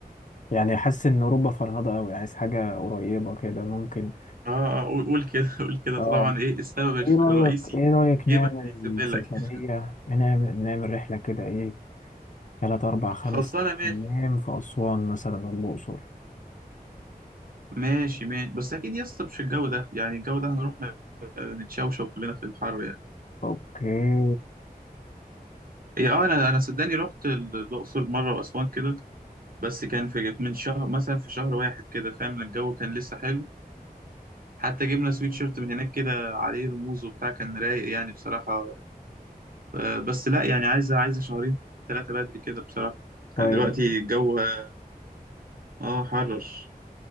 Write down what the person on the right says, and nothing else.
آه آه، قول قول كده <laughs> قول كده
طبعا إيه السبب الف-
الرئيسي
جيبك هيسيبلك
لك <laughs>
خلصانة ماشي
ماشي ماشي بس أكيد يا اسطى مش الجو ده يعني الجو ده هنروح آه، نتشوشو كلنا في الحر يعني
هي اه انا انا صدقني رحت ال- الاقصر مره واسوان كده بس كان في من شهر مثلا في شهر واحد كده فاهم الجو كان لسه حلو حتى جبنا سويت شيرت من هناك كده عليه رموز وبتاع كان رايق يعني بصراحه آه، بس لا يعني عايزه عايزه شهرين ثلاثه بدري كده بصراحه
يعني دلوقتي الجو اه آه، حرر